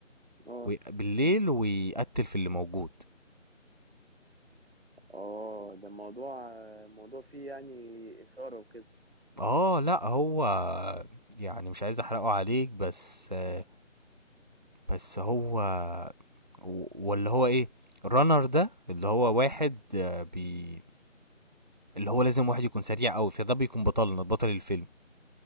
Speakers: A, on the right (about 55°); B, on the right (about 35°).
A: اه
B: وي- بالليل ويقتل في اللي موجود
A: اه ده موضوع موضوع فيه يعني إثارة وكده
B: اه لا هو يعني مش عايز احرقه عليك بس آه، بس هو و- ولا هو ايه رانر ده اللي هو واحد آه، بي اللي هو لازم واحد يكون سريع قوي فده بيكون بطلنا بطل الفيلم